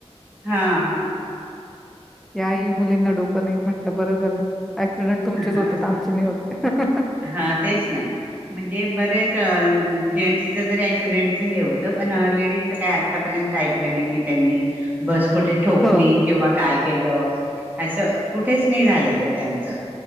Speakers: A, on the right (about 15°); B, in the centre.
A: हां.
B: याही मुलींना डोकं नाही, म्हटलं बरं झालं. ऍक्सिडेंट तुमचेच
A: हा
B: होतात. आमचे नाही होत.
A: हा, तेच ना. म्हणजे बरेच अं जेंट्सच तरी ॲक्सिडेंटचं हे होतं. पण लेडीजच काय आतापर्यंत ऐकलं नाही, की त्यांनी बस कुठे ठोकली,
B: हो,
A: किंवा काय केलं. असं कुठेच नाही झालेलं त्याचं.